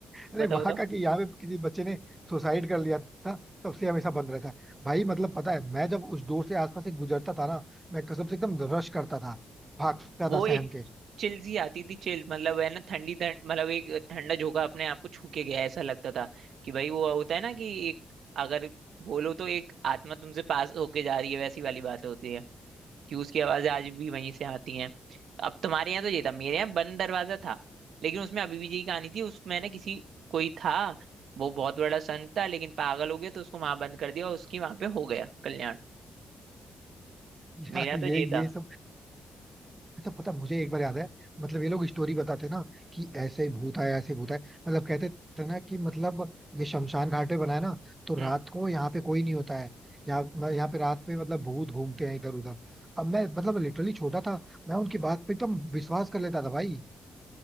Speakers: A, on the right (about 20°); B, on the right (about 70°).
A: अरे
B: बताओ
A: वहां
B: बताओ
A: का कि यहाँ पे किसी बच्चे ने सुसाइड कर लिया था तब से हमेशा बंद रहता है भाई मतलब पता है मैं जब उस डोर से आसपास से गुजरता था ना मैं कसम से एकदम रश करता था भागता
B: वो
A: था
B: एक
A: सहम के
B: चिल सी आती थी चिल मतलब है ना ठंडी ठंड मतलब एक ठंडा झोंका अपने आप को छू के गया ऐसा लगता था कि भाई वो होता है ना कि एक अगर बोलो तो एक आत्मा तुमसे पास होके जा रही है वैसी वाली बात होती है कि उसकी आवाजें आज भी वहीं से आती हैं अब तुम्हारे यहाँ तो ये था मेरे यहाँ बंद दरवाजा था लेकिन उसमें अभी भी यही कहानी थी उसमें ना किसी कोई था वो बहुत बड़ा संत था लेकिन पागल हो गया तो उसको वहां बंद कर दिया और उसकी वहां पे हो गया कल्याण
A: <laughs> यार
B: मेरा
A: ये
B: तो ये
A: ये
B: था
A: सब अच्छा पता मुझे एक बार याद है मतलब ये लोग स्टोरी बताते ना कि ऐसे ही भूत आया ऐसे भूत आया मतलब कहते थे ना कि मतलब ये शमशान घाट पे बनाया ना तो
B: हम्म
A: रात को यहाँ पे कोई नहीं होता है यहाँ यहाँ पे रात में मतलब भूत घूमते हैं इधर उधर अब मैं मतलब लिटरली छोटा था मैं उनकी बात पे एकदम विश्वास कर लेता था भाई